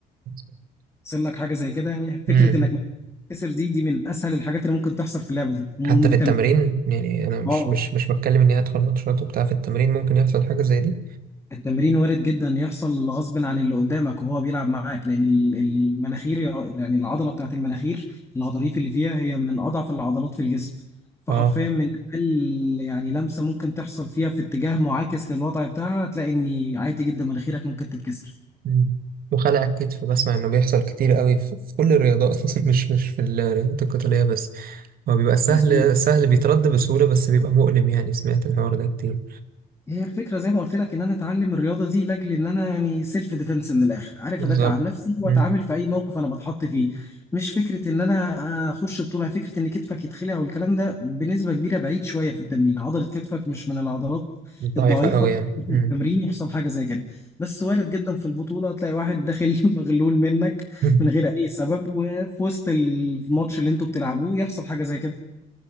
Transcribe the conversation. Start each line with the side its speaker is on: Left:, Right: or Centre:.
Right: <laughs>
Left: يحصل لك حاجه زي كده يعني فكره
Right: امم
Left: انك مناخيرك تتكسر دي دي من اسهل الحاجات اللي ممكن تحصل في اللعبه دي ومن
Right: حتى في التمرين
Left: تمرين
Right: يعني انا مش
Left: اه
Right: مش مش بتكلم اني هدخل ماتشات وبتاع في التمرين ممكن يحصل حاجه زي دي
Left: التمرين وارد جدا يحصل غصب عن اللي قدامك وهو بيلعب معاك لان ال- المناخير يعني العضله بتاعت المناخير الغضاريف اللي فيها هي من اضعف العضلات في الجسم فحرفيا
Right: اه
Left: من اقل يعني لمسه ممكن تحصل فيها في اتجاه معاكس للوضع بتاعها هتلاقي ان عادي جدا مناخيرك ممكن تتكسر
Right: مم. وخلع الكتف بسمع انه بيحصل كتير قوي في في كل الرياضات <laughs> مش مش في الرياضات القتالية بس هو بيبقى سهل
Left: مظبوط
Right: سهل بيترد بسهولة بس بيبقى مؤلم يعني سمعت الحوار ده كتير
Left: هي الفكرة زي ما قلت لك إن أنا أتعلم الرياضة دي لأجل إن أنا يعني سيلف ديفenس من الآخر، عارف
Right: بالظبط
Left: أدافع عن نفسي وأتعامل
Right: مم.
Left: في أي موقف أنا بتحط فيه، مش فكرة إن أنا أخش بطولة، فكرة إن كتفك يتخلع والكلام ده بنسبة كبيرة بعيد شوية في التمرين، عضلة كتفك مش من العضلات
Right: ضعيفة
Left: الضعيفة
Right: قوي يعني
Left: في
Right: مم.
Left: التمرين يحصل حاجة زي كده، بس وارد جدا في البطولة تلاقي واحد داخل <laughs> مغلول منك
Right: <laughs>
Left: من غير أي سبب وفي وسط الماتش اللي أنتوا بتلعبوه يحصل حاجة زي كده.